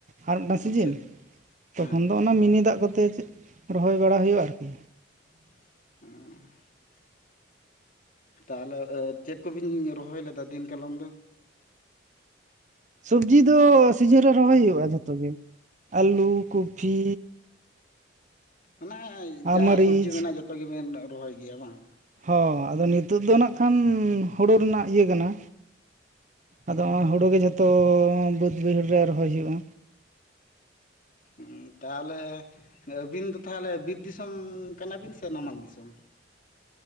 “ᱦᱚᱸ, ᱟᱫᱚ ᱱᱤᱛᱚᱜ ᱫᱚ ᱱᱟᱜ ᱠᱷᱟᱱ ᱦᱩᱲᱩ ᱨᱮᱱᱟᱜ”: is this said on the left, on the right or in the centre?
Right